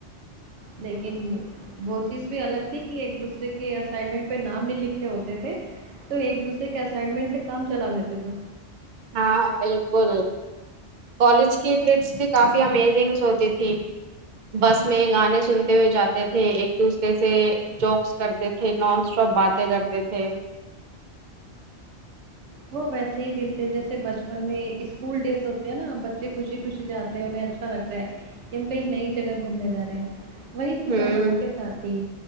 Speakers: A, on the right; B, on the right.
A: لیکن وہ چیز بھی الگ تھی کہ ایک دوسرے کے اسائنمنٹ پہ نام نہیں لکھے ہوتے تھے تو ایک دوسرے کے اسائنمنٹ سے کام چلا لیتے تھے
B: ہاں بلکل کالج کی ٹرپس بھی کافی امیزنگس ہوتی تھی بس میں گانے سنتے ہوئے جاتے تھے ایک دوسرے سے جوکس کرتے تھے نان اسٹاپ باتیں کرتے تھے
A: وہ ویسے ہی دن تھے جیسے بچپن میں اسکول ڈیز ہوتے ہیں نا بچے خوشی خوشی جاتے ہیں انہیں اچھ اچھا لگتا ہے کہ ہم کئی نئی جگہ گھومنے جا رہے ہیں وہی چیز
B: ہوں
A: ہم لوگوں کے ساتھ بھی